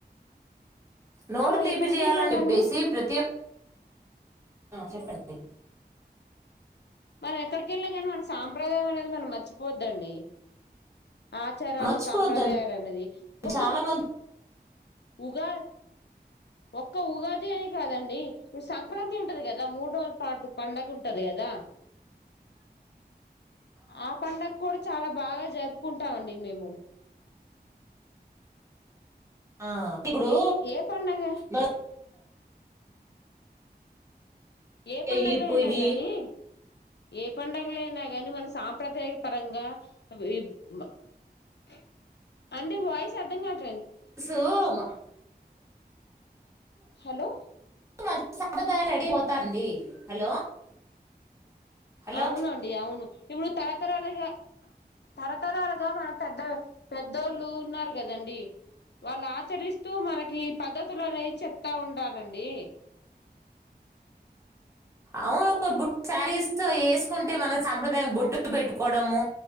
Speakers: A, on the right (about 15°); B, on the left (about 85°).
A: నోరు
B: మనం
A: తీపిచేయాలని
B: ఎక్కడికి వెళ్ళినా
A: చెప్పేసి
B: గాని
A: ప్రతి ఒక్ చెప్పండ్
B: మనం ఎక్కడికెళ్లినా గానీ మన స్ సాంప్రదాయం అనేది మనం మర్చిపోవద్దండి. ఆచారాలు
A: మర్చిపోవద్దండి
B: సాంప్రదాయాలు అనేది ఒక
A: చాలా మంది
B: ఉగా ఒక్క ఉగాది అని కాదండీ ఇపుడు సంక్రాంత్ ఉంటది కదా మూడురోజుల పాటు పండగుంట్ ఉంటది గదా ఆ పండక్కూడ చా చాలా బాగా జరుపుకుంటాం అండి మేము.
A: ఆ ఇప్పుడూ
B: ఏ ఏ పండగ
A: <inaudible>
B: ఏ
A: చెయ్యి
B: పండగలో
A: పొయ్యి
B: ఐ నా గానీ ఏ పండగలో అయినా గానీ మన సాంప్రదాయక పరంగా <unintelligible> అంటే వాయిస్ అర్థం కాదు
A: సోమా
B: హలో
A: మంచి సంప్రదాయం <inaudible> రెడీ పోతారండీ. హలో హలో
B: అవునండి అవును ఇప్పుడు తరతరాలుగా తరతరాలుగా మన పెద్ద పెద్దోళ్ళు ఉన్నారు కదండి వాళ్ ఆచరిస్త స్తూ మనకీ పద్ధత్ తులనే చెప్తా ఉంటారండీ.
A: అవును ఇప్పు శారీస్ ఏసుకుంటే మన సాంప్రదాయ బొట్టులు పెట్టుకోవడము,